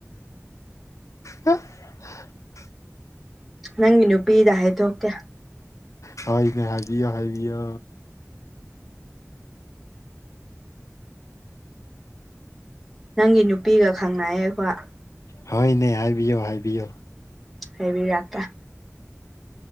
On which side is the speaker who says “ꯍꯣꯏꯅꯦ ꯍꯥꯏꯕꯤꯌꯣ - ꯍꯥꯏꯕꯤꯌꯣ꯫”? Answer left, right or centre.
Left